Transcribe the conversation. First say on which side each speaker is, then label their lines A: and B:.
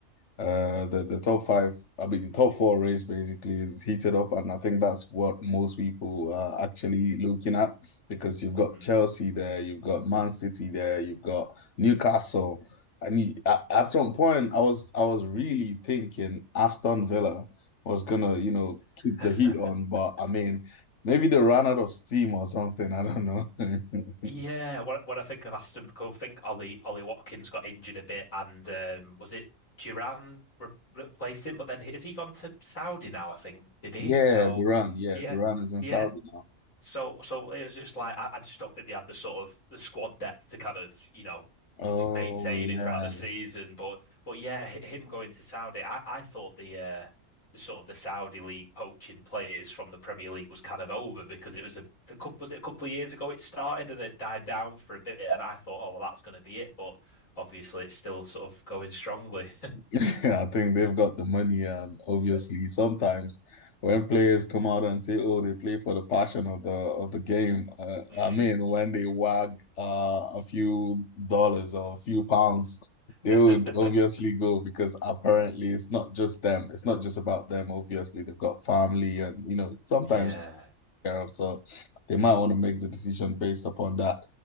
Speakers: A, on the left; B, on the left.
A: Uh, the the top five, I mean, the top four race basically is heated up, and I think that's what most people are actually looking at because you've got
B: that?
A: Chelsea there, you've got Man City there, you've got Newcastle, and you, at, at some point, I was I was really thinking Aston Villa was gonna, you know, keep
B: Mm.
A: the heat on,
B: <laughs>
A: but I mean, maybe they ran out of steam or something. I don't know. <laughs>
B: Yeah, when, when I think of Aston Villa, I think Ollie Ollie Watkins got injured a bit, and um, was it Duran re replaced him? But then has he gone to Saudi now? I think did he?
A: Yeah,
B: So
A: Duran. Yeah,
B: yeah,
A: Duran is in
B: yeah.
A: Saudi now.
B: So, so it was just like I, I just don't think they had the sort of the squad depth to kind of you know
A: Oh
B: maintain
A: yeah.
B: it throughout the season. But but yeah, h- him going to Saudi, I, I thought the uh the sort of the Saudi league poaching players from the Premier League was kind of over because it was a, a couple was it a couple of years ago it started and it died down for a bit, and I thought, oh well, that's going to be it. But obviously, it's still sort of going strongly.
A: <laughs> I think they've got the money, and obviously,
B: <laughs>
A: sometimes when players come out and say, "Oh, they play for the passion of the of the game," uh,
B: Mm.
A: I mean, when they wag uh, a few dollars or a few pounds, they
B: <laughs>
A: would obviously go because apparently it's not just them. It's not just about them. Obviously, they've got family, and you know, sometimes
B: Yeah,
A: care of. So they might want to make the decision based upon that.